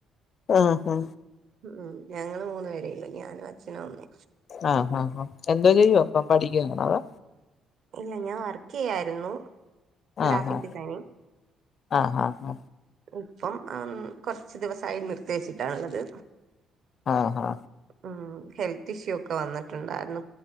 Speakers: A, on the left; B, on the right.
A: ആ ആ
B: ഉം ഞങ്ങൾ മൂന്ന് പേരെയുള്ളൂ ഞാനും അച്ഛനും അമ്മേ
A: ആഹ് ഹാ ഹാ എന്തോ ചെയ്യുവ അപ്പ പഠിക്കുകാണ അതോ
B: ഇല്ല ഞാൻ വർക്ക് ചെയ്യായിരുന്നു ഗ്രാഫിക്
A: ആഹ് ഹാ
B: ഡിസൈനിംങ്
A: ആഹ് ഹാ ഹാ
B: ഇപ്പം കുറച്ച് ദിവസമായി നിർത്തി വെച്ചിട്ടാള്ളത്
A: ആഹ് ഹാ
B: ഉ ഹെൽത്ത് ഇഷ്യൂ ഒക്കെ വന്നിട്ടുണ്ടായിരുന്നു